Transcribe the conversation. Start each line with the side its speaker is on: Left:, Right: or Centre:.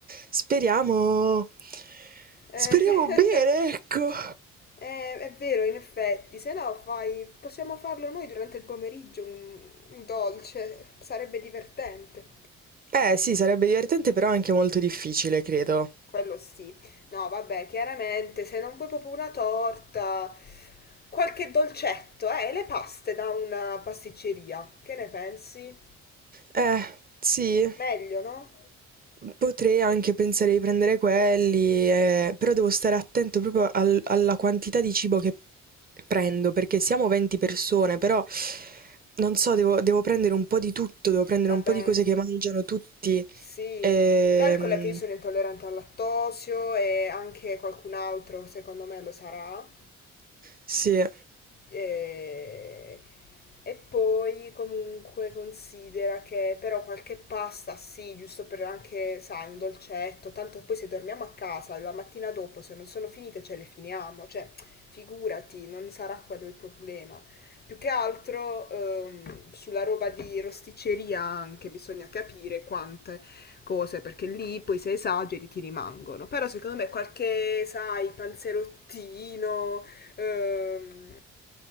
Right: speriamo
Left: Eh,
Right: speriamo
Left: <laughs>
Right: bene, ecco.
Left: eh, è vero, in effetti, se no fai... possiamo farlo noi durante il pomeriggio un, un dolce, sarebbe divertente.
Right: Eh sì, sarebbe divertente però anche molto difficile, credo.
Left: Quello sì. No, vabbè, chiaramente se non vuoi proprio una torta, qualche dolcetto, eh, le paste da una pasticceria. Che ne pensi?
Right: Eh, sì.
Left: Meglio, no?
Right: Potrei anche pensare di prendere quelli, eh, però devo stare attento proprio al- alla quantità di cibo che prendo, perché siamo 20 persone, però non so, devo, devo prendere un po' di tutto, devo prendere
Left: Vabbè,
Right: un po' di cose che mangiano tutti.
Left: sì.
Right: Ehm,
Left: Calcola che io sono intollerante al lattosio e anche qualcun altro, secondo me, lo sarà.
Right: sì.
Left: E, e poi comunque considera che però qualche pasta sì, giusto per anche, sai, un dolcetto, tanto poi se dormiamo a casa la mattina dopo, se non sono finite ce le finiamo, cioè figurati, non sarà quello il problema. Più che altro ehm, sulla roba di rosticceria anche bisogna capire quante cose, perché lì poi se esageri ti rimangono. Però secondo me qualche, sai, panzerottino, ehm,